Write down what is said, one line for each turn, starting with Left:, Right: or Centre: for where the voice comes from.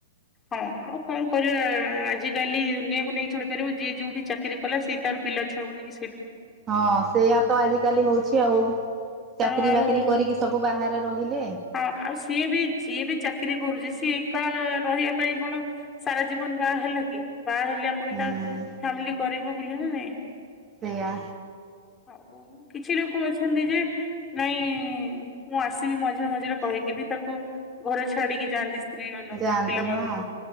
Left: ହଁ ଆଉ କଣ କରିବା ଆଜିକାଲି ଦୁନିଆକୁ ନେଇକି ଚଳିପାରିବ। ଯିଏ ଯୋଉଠି ଚାକିରି କଲା ସିଏ ତାର ପିଲା ଛୁଆକୁ ନେଇକି ସେଇଠି ରହିଲା
Right: ହଁ ସେଇୟା ତ ଆଜିକାଲି ହଉଛି ଆଉ
Left: ତେଣୁ
Right: ଚାକିରୀ
Left: ଆଉ
Right: ବାକିରି କରିକି ସବୁ ବାହାରେ ରହିଲେ।
Left: ହଁ ଆଉ ସିଏ ବି ଯିଏ ବି ଚାକିରି କରୁଛି ସିଏ ଏକା ରହିବା ପାଇଁ କଣ ସାରା ଜୀବନ ବାହା ହେଲା କି? ବାହା ହେଲେ ଆପଣ
Right: ହୁଁ
Left: ତା ଫାମିଲି କରିବ ବୋଲି ନା ନାଇଁ
Right: ସେଆା
Left: ଆଉ କିଛି ଲୋକ ଅଛନ୍ତି ଯେ ନାଇଁ ମୁଁ ଆସିବି ମଝରେ ମଝିରେ କହିକି ବି ତାକୁ ଘରେ ଛାଡିକି ଯାଆନ୍ତି। ସ୍ତ୍ରୀ ମାନଙ୍କୁ
Right: ଯାଆନ୍ତି
Left: ପିଲାମାନଙ୍କୁ
Right: ହଁ